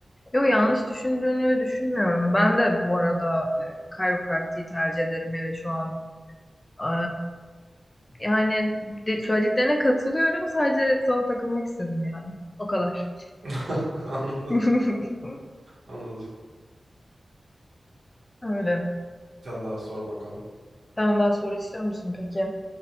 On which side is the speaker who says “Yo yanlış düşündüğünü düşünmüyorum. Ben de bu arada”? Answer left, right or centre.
Left